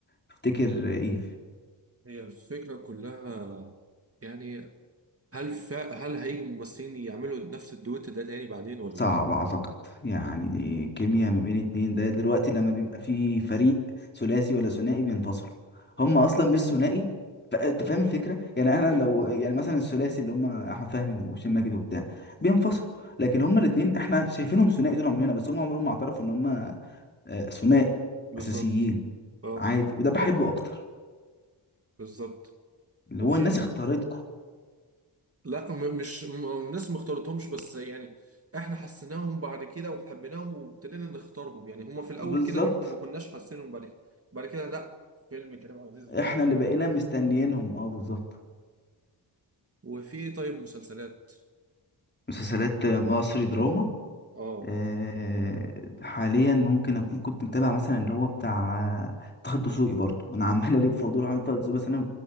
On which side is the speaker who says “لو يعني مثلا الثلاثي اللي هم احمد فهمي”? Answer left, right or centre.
Left